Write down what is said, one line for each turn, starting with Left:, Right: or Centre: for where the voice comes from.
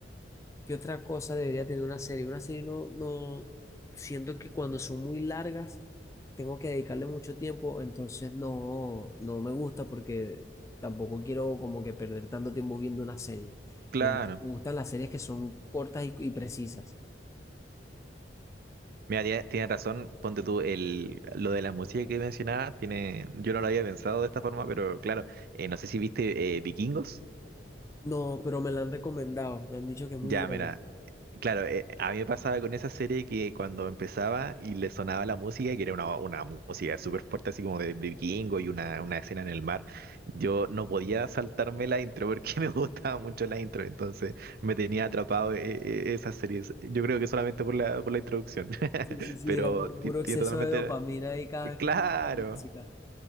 Left: ¿Qué otra cosa debería tener una serie? Una serie no, no, siento que cuando son muy largas tengo que dedicarle mucho tiempo, entonces no, no me gusta porque tampoco quiero como que perder tanto tiempo viendo una serie.
Right: claro.
Left: Me, gust- me gustan las series que son cortas y, y precisas.
Right: Mira, tie- tienes razón, ponte tú el, lo de la música que mencionabas, tiene, yo no lo había pensado de esta forma, pero claro, eh, no sé si viste eh, Vikingos.
Left: No, pero me la han recomendado, me han dicho que es muy
Right: Ya,
Left: buena.
Right: mira, Claro, eh, a mí me pasaba con esa serie que cuando empezaba y le sonaba la música, que era una, una música súper fuerte, así como de, de vikingo y una, una escena en el mar, yo no podía saltarme la intro porque <laughs> me gustaba mucho la intro, entonces me tenía atrapado eh, eh, esas series. Yo creo que solamente por la, por la introducción, <laughs>
Left: Sí, sí, sí,
Right: pero
Left: era pu-
Right: ti-
Left: puro
Right: tiene
Left: exceso
Right: totalmente...
Left: de dopamina ahí cada vez
Right: Claro,
Left: que escuchas la música.